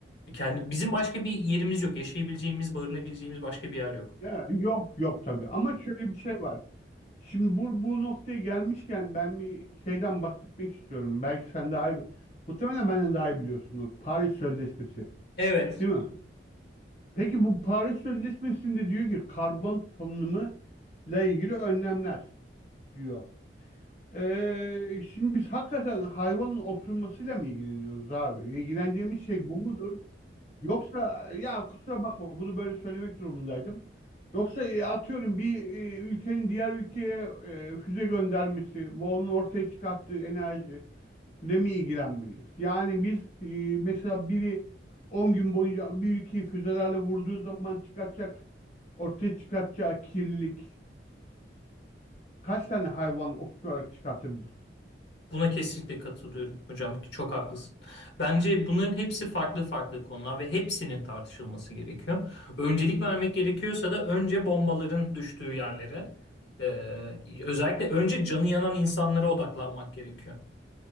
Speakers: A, on the left; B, on the left.
A: e, kendi bizim başka bir yerimiz yok. Yaşayabileceğimiz, barınabileceğimiz başka bir yer yok.
B: Ya, yok yok tabii ama şöyle bir şey var. Şimdi bu, bu noktaya gelmişken ben bir şeyden bahsetmek istiyorum. Belki sen daha iyi, muhtemelen benden daha iyi biliyorsunuz. Paris Sözleşmesi.
A: Evet.
B: Değil mi? Peki bu Paris Sözleşmesi'nde diyor ki karbon salınımı ile ilgili önlemler diyor. Ee, şimdi biz hakikaten hayvanın osurmasıyla mı ilgileniyoruz abi? İlgileneceğimiz şey bu mudur? Yoksa ya kusura bakma bunu böyle söylemek durumundaydım. Yoksa e, atıyorum bir e, ülkenin diğer ülkeye e, füze göndermesi, bu onun ortaya çıkarttığı enerji ile mi ilgilenmeliyiz? Yani biz e, mesela biri 10 gün boyunca bir ülkeyi füzelerle vurduğu zaman çıkartacak, ortaya çıkartacağı kirliliği kaç tane hayvan oturarak çıkartabilir?
A: Buna kesinlikle katılıyorum hocam. Çok haklısın. Bence bunların hepsi farklı farklı konular ve hepsinin tartışılması gerekiyor. Öncelik vermek gerekiyorsa da önce bombaların düştüğü yerlere, e, özellikle önce canı yanan insanlara odaklanmak gerekiyor.